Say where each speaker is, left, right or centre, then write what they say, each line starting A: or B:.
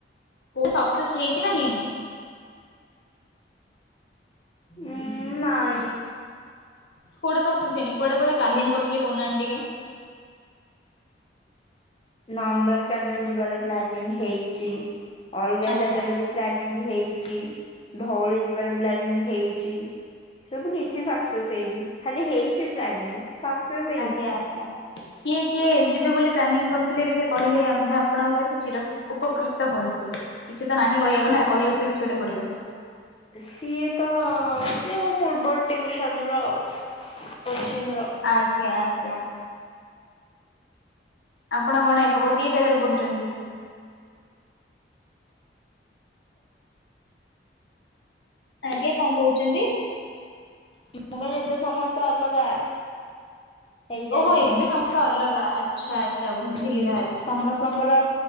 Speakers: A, on the left (about 75°); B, on the left (about 30°).
A: କୋଉଟା ସକ୍ସେସ୍ ହେଇଛି ନା ହେଇନି?
B: ଉଁ ନାଇଁ।
A: କୋଉଟା ସକ୍ସେସ୍ ହେଇନି କୁଆଡ଼େ କୁଆଡ଼େ ପ୍ଲାନିଂ
B: ମି
A: କରୁଥିଲେ କଉ ନାହାନ୍ତି ଟିକେ?
B: ନନ୍ଦନକାନନ ଯିବାର ପ୍ଲାନିଂ ହେଇଛି। ଅଲଗା
A: ଆଜ୍ଞା
B: ଜାଗାରେ ବି ପ୍ଲାନିଂ ହେଇଚି ଧଉଳି ଯିବାର ପ୍ଲାନିଙ୍ଗ୍ ହେଇଚି। ସବୁ କିଛି ସକ୍ସେସ୍ ହେଇନି ଖାଲି ହେଇଛି ପ୍ଲାନିଙ୍ଗ୍। ସକ୍ସେସ୍
A: ଆଜ୍ଞା ଆଜ୍ଞା କିଏ କିଏ ଯିବେ ବୋଲି ପ୍ଲାନିଂ କରିଥିଲେ ଟିକେ କହିଲେ ଆମ୍ଭେ ଆ ପଣଙ୍କ ପ୍ରତି ଚିର ଉପକୃତ ହୁଅନ୍ତୁ କିଛି ତ ନାହିଁ କହିବାକୁ ନା କହିବାକୁ ତ କିଛି ଗୋଟେ ପଡ଼ିବ।
B: ସିଏ ତ ସିଏ ଆମ ପୂର୍ବ ଟିଉସନ୍ ର ଆଉ କୋଚିଂ ର।
A: ଆଜ୍ଞା ଆଜ୍ଞା। ଆପଣ କଣ ଏବେ ଗୋଟିଏ ଜାଗାରେ ପଢ଼ୁଛନ୍ତି? ଆଜ୍ଞା କଣ କହୁଛନ୍ତି?
B: ମୁଁ କହିଲି ଏବେ ସମସ୍ତେ ଅଲଗା। ହେଇଯାଇଛନ୍ତି
A: ଓହୋ ଏବେ ସମସ୍ତେ ଅଲଗା ଆଚ୍ଛା ଆଚ୍ଛା ବୁଝିଲି
B: ହୁଁ ହୁଁ
A: ତାହେଲେ।
B: ସମସ୍ତଙ୍କର